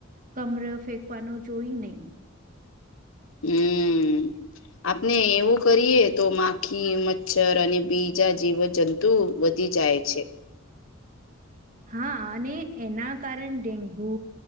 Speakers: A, on the right (about 40°); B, on the left (about 75°).
A: કમર ફેંકવાનો જોઈ નહી. <inaudible>
B: હમ આપણે એવું કરીએ તો માખી મચ્છર અને બીજા જીવજંતુ વધી જાય છે.
A: હા અને એના કારણ ડેન્ગુ